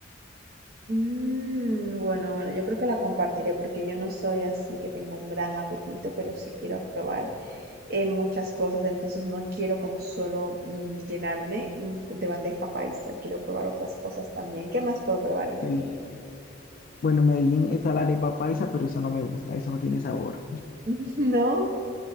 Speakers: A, on the right (about 55°); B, on the left (about 50°).
A: Mm, bueno, bueno, yo creo que la compartiré porque yo no soy así que tengo un gran apetito, pero sí quiero probar eh, muchas cosas, entonces no quiero como solo mm, llenarme mm, de bandeja paisa, quiero probar otras cosas también. ¿Qué más puedo probar en Medellín?
B: Sí, Bueno, en Medellín está la arepa paisa, pero eso no me gusta, eso no tiene sabor.
A: <laughs> ¿No?